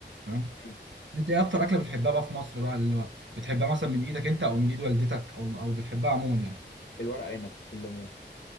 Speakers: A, on the right; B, on the left.
A: فاهم
B: مم.
A: انت ايه اكتر اكله بتحبها بقى في مصر بقى اللي هو بتحبها مثلا من ايدك انت او من ايد والدتك او او بتحبها عموما يعني
B: الورق عنب بالليمون